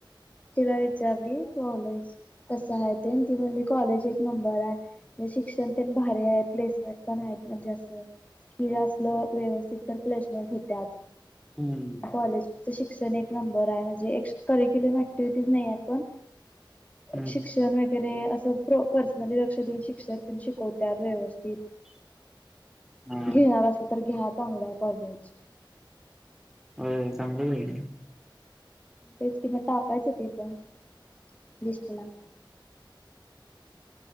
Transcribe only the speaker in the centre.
हम्म
हम्म
हा
हो चांगलं <unintelligible>